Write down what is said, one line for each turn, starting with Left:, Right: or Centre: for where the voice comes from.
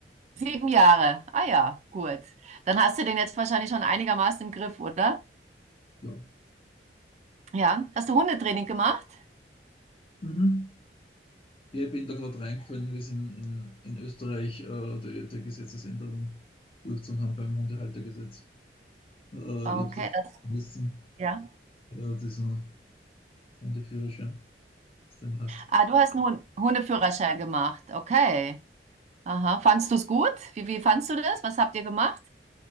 Right: Sieben Jahre. Ah ja, gut. Dann hast du den jetzt wahrscheinlich schon einigermaßen im Griff, oder?
Left: Ja.
Right: Ja. Hast du Hundetraining gemacht?
Left: Mhm. Ja, ich bin da gerade reingefallen. Wir sind in, in Österreich äh, der, der Gesetzesänderung durchzuhaben beim Hundehaltergesetz. Äh,
Right: Okay,
Left: ich habe es dann schon
Right: das,
Left: gelesen.
Right: ja.
Left: Äh, das ist ein Hundeführerschein, was du eben hast.
Right: Ah, du hast einen Hun- Hundeführerschein gemacht. Okay. Aha. Fandst du es gut? Wie, wie fandst du das? Was habt ihr gemacht?